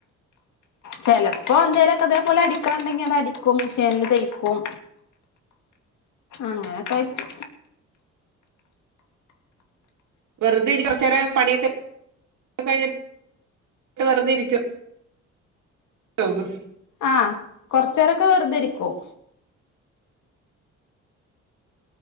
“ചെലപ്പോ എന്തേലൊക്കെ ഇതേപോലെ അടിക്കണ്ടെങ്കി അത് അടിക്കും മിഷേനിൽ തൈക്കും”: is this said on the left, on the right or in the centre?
Left